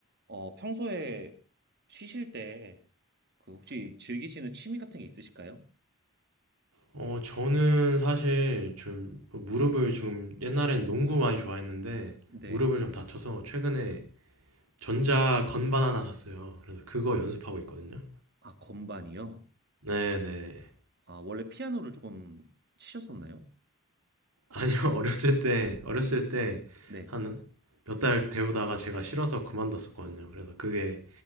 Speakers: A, on the right; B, on the right.
A: 어, 평소에 쉬실 때 그 혹시 즐기시는 취미 같은 게 있으실까요?
B: 어, 저는 사실 좀 무릎을 지금 옛날엔 농구 많이 좋아했는데
A: 네.
B: 무릎을 좀 다쳐서 최근에 전자 건반 하나 샀어요. 그래서 그거 연습하고 있거든요.
A: 아, 건반이요?
B: 네네.
A: 아, 원래 피아노를 조금 치셨었나요?
B: 아니요, <laughs> 어렸을 때, 어렸을 때
A: 네.
B: 한 몇 달 배우다가 제가 싫어서 그만뒀었거든요. 그래서 그게